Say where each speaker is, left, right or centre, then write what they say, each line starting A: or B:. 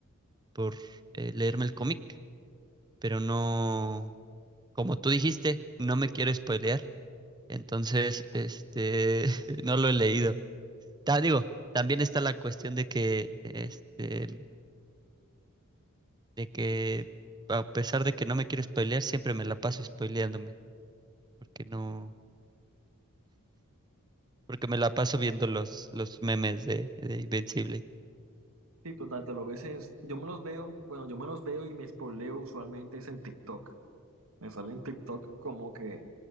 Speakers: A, on the right (about 20°); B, on the right (about 65°).
A: por eh, leerme el cómic, pero no, como tú dijiste, no me quiero spoilear, entonces, este, <laughs> no lo he leído. Ta- digo, también está la cuestión de que, este, de que a pesar de que no me quiero spoilear, siempre me la paso spoileándome, porque no, porque me la paso viendo los, los memes de, de Invencible.
B: Sí, total, te lo ves, es- yo me los veo, bueno, yo me los veo y me espoleo usualmente es en TikTok. Me sale en TikTok como que